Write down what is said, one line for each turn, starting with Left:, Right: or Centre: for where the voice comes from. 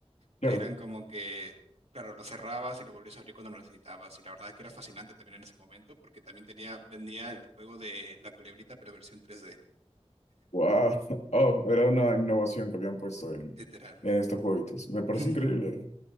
Left: Claro.
Right: que eran como que, claro, lo cerrabas y lo volvías a abrir cuando lo necesitabas. Y la verdad es que era fascinante también en ese momento, porque también tenía, vendía el juego de la culebrita, pero versión tres d
Left: Wow. <laughs> Oh, era una innovación que habían puesto en,
Right: literal.
Left: en estos jueguitos. Me parece
Right: <laughs>
Left: increíble.